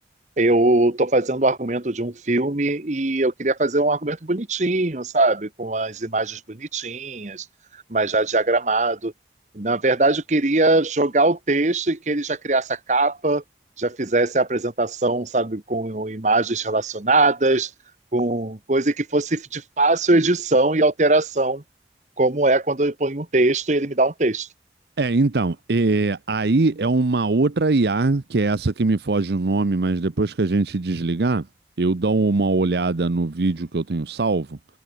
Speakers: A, on the right; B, on the right.
A: Eu estou fazendo o argumento de um filme e eu queria fazer um argumento bonitinho, sabe? Com as imagens bonitinhas, mas já diagramado. Na verdade, eu queria jogar o texto e que ele já criasse a capa, já fizesse a apresentação, sabe? Com imagens relacionadas, com coisa que fosse de fácil edição e alteração, como é quando eu ponho um texto e ele me dá um texto.
B: É, então, é, aí é uma outra IA, que é essa que me foge o nome, mas depois que a gente desligar, eu dou uma olhada no vídeo que eu tenho salvo